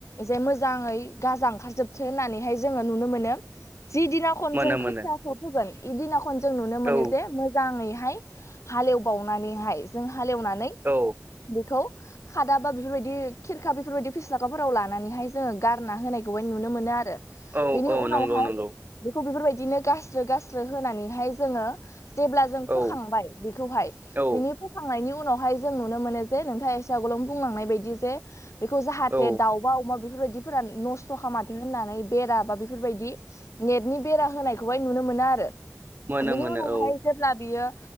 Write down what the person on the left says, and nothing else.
जे मोजाङै गाजा ओंखारजोबथों होननानैहाय जोङो नुनो मोनो जि दिनाव खन
जों
खोथियाखौ फोगोन इदिना खन जों नुनो मोनो
मोजाङै हाय हालेवबावनानैहाय जों हालेवनानै
बेखौ खादा बा बेफोरबायदि खिरखा बेफोरबायदि फिस्लागाफोराव लानानैहाय जोङो गारना होनायखौहाय नुनो मोनो आरो।
बेनि
उनावहाय
बेखौ बेफोरबायदिनो गास्रो गास्रो होनानैहाय जोङो जेब्ला जों
फोखांबाय बेखौहाय
बिनि खांनायनि उनावहाय जों नुनो मोनो जे नोंथाङा एसे आगोलाव बुंलांनाय बायदि जे बेखौ जाहाथे
दाउबा अमा बेफोरबायदिफोरा नस्थ' खालामाथों होननानै बेरा बा बेफोरबायदि नेटनि बेरा होनायखौहाय नुनो मोनो आरो
बेनि
उनावहाय
जेब्ला बियो